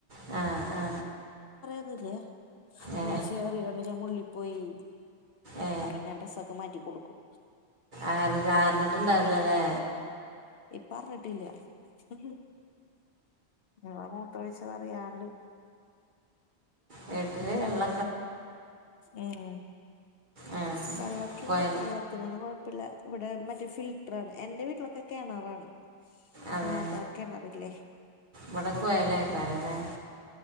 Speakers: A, on the right; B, on the left.
A: ആ ആ
B: ഒന്നുമില്ല
A: ഏ
B: ഉമ്മച്ചറിയാണ്ട് ഞാൻ മുള്ളി പോയി
A: ഏ
B: അപ്പൊ ഞാൻ ഡ്രസ്സൊക്കെ മാറ്റി കൊടുക്കും
A: ആറി ആറിട്ട ഇണ്ടാവണല്ലേ
B: ഇപ്പറിഞ്ഞിട്ടില്ല ഉം ഞാൻ മൂത്രമൊഴിച്ചതറിയാണ്ട്
A: വീട്ടിലെ വെള്ള
B: ഉം
A: ആ
B: വെള്ളത്തിന്
A: കുഴൽ
B: വെള്ളത്തിന് ഒന്നും കുഴ ല്ല ഇവിടെ മറ്റേ ഫിൽറ്ററാണ് എന്റെ വീട്ടിലൊക്കെ കിണറാണ്
A: അതെ
B: സാധാ കിണറില്ലേ
A: വടക്കയല്ലക്കാരതെ <unintelligible>